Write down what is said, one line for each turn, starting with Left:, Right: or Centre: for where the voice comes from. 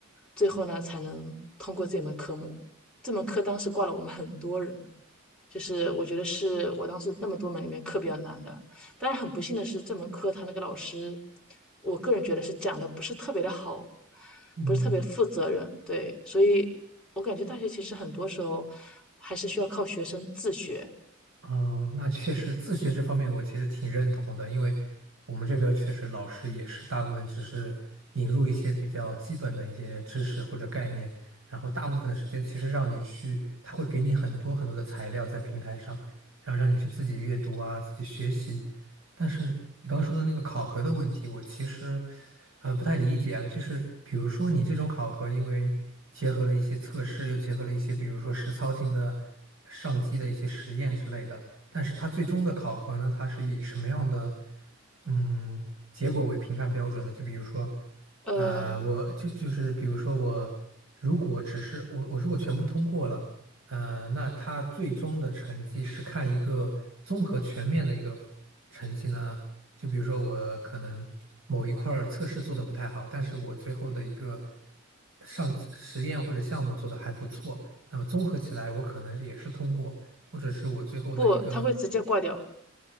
Centre: 最后呢才能通过这门科目。这门课当时挂了我们很多人。就是我觉得是我当时那么多门里面课比较难的。当然很不幸的是，这门课他那个老师，我个人觉得是讲的不是特别的好，
Right: 嗯。
Centre: 不是特别负责任。对，所以我感觉大学其实很多时候还是需要靠学生自学。
Right: 哦，那确实，自学这方面我其实挺认同的，因为我们这边儿确实老师也是大部分只是引入一些比较基本的一些知识或者概念，然后大部分的时间其实让你去，他会给你很多很多的材料在平台上，然后让你去自己阅读啊，自己学习。但是你刚刚说的那个考核的问题，我其实呃不太理解啊。就是比如说你这种考核，因为结合了一些测试，又结合了一些比如说实操性的上机的一些实验之类的，但是它最终的考核呢，它是以什么样的嗯结果为评判标准呢？就比如说
Centre: 呃，
Right: 呃，我就就是比如说我如果只是我我如果全部通过了。呃，那他最终的成绩是看一个综合全面的一个成绩呢？就比如说我可能某一块儿测试做的不太好，但是我最后的一个上实验或者项目做的还不错，那么综合起来我可能也是通过，或者是我最后的一个，
Centre: 不，他会直接挂掉。